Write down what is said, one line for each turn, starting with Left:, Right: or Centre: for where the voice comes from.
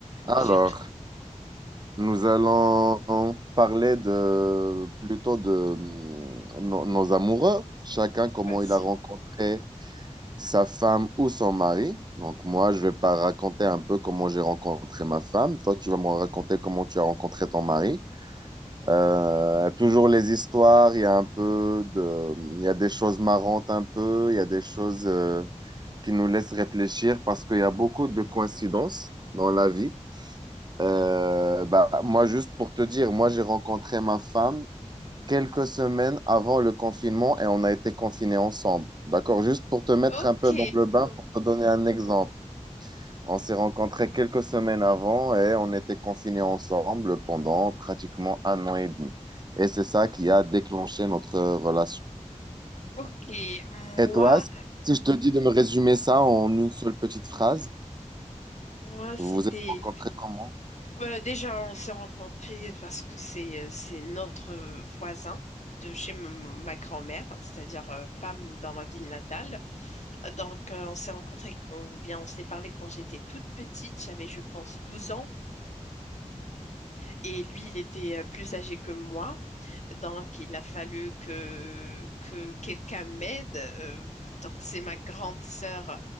Right: Alors,
Left: J'aimerais.
Right: nous allons parler de plutôt de mm, nos, nos amoureux, chacun comment
Left: Vas-y.
Right: il a rencontré sa femme ou son mari. Donc moi, je vais pas raconter un peu comment j'ai rencontré ma femme. Toi, tu vas me raconter comment tu as rencontré ton mari. Euh, toujours les histoires, il y a un peu de, il y a des choses marrantes un peu, il y a des choses euh, qui nous laissent réfléchir parce qu'il y a beaucoup de coïncidences dans la vie. Euh, bah, moi, juste pour te dire, moi, j'ai rencontré ma femme quelques semaines avant le confinement et on a été confinés ensemble. D'accord? Juste pour te mettre
Left: Ok.
Right: un peu dans le bain, pour te donner un exemple. On s'est rencontrés quelques semaines avant et on était confinés ensemble pendant pratiquement un an et demi. Et c'est ça qui a déclenché notre relation.
Left: Ok. Moi,
Right: Et toi, si je te dis de me résumer ça en une seule petite phrase,
Left: moi, c'était.
Right: vous vous êtes rencontrés comment?
Left: euh, déjà, on s'est rencontrés parce que c'est euh, c'est notre voisin de chez m- ma grand-mère, c'est-à-dire euh, pas m- dans ma ville natale. Euh, Donc, euh, on s'est rencontrés, on, bien, on s'est parlé quand j'étais toute petite. J'avais, je pense, 12 ans. Et lui, il était euh, plus âgé que moi. Donc, il a fallu que, que quelqu'un m'aide. Euh, donc, c'est ma grande sœur euh,